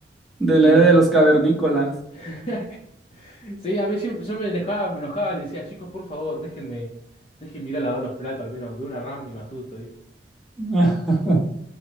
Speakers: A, in the centre; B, on the left.
A: de
B: Y
A: la era de los cavernícolas.
B: <laughs> sí, a mí sí- yo me enojaba, me enojaba, le decía, chicos, por favor, déjenme, déjenme ir a lavar los platos, al menos veo una RAM y me asusto, digo.
A: <laughs>